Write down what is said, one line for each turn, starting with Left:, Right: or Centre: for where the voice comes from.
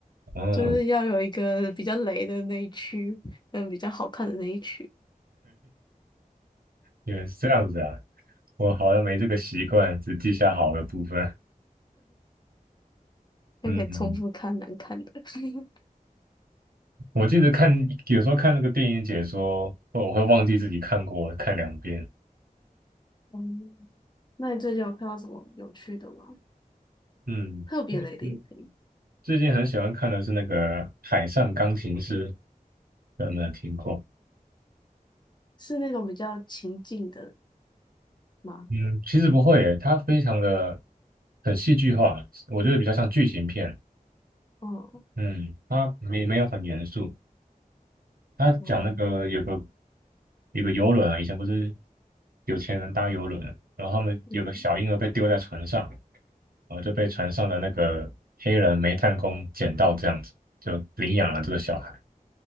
Right: 嗯。
Left: 就是要有一个比较雷的那一区，跟比较好看的那一区，
Right: 原来是这样子啊，我好像没这个习惯，只记下好的部分。
Left: 就可以重复看难看的。
Right: 嗯，嗯，
Left: <laughs>
Right: 我记得看有时候看那个电影解说，我会忘记自己看过，看两遍。
Left: 嗯，那你最近有看到什么有趣的吗？
Right: 嗯
Left: 特别雷的也可以，
Right: 嗯，最近很喜欢看的是那个《海上钢琴师》，不知道有没有听过？
Left: 是那种比较情境的吗？
Right: 嗯，其实不会耶它非常的很戏剧化，我觉得比较像剧情片。
Left: 哦，
Right: 嗯，它没没有很严肃。他讲那个有个
Left: 哦，
Right: 有个游轮啊，以前不是有钱人搭游轮啊，然后他们有个小婴儿被丢在船上，
Left: 嗯
Right: 然后就被船上的那个黑人煤炭工捡到，这样子就领养了这个小孩，